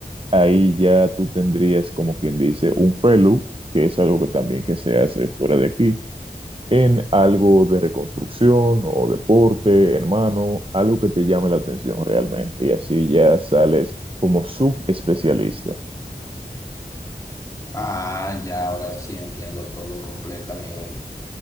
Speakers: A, on the right (about 35°); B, on the left (about 20°).
A: ahí ya tú tendrías, como quien dice, un fellow, que es algo que también que se hace fuera de aquí, en algo de reconstrucción o deporte, hermano, algo que te llame la atención realmente, y así ya sales como subespecialista.
B: Ah, ya, ahora sí entiendo todo completamente.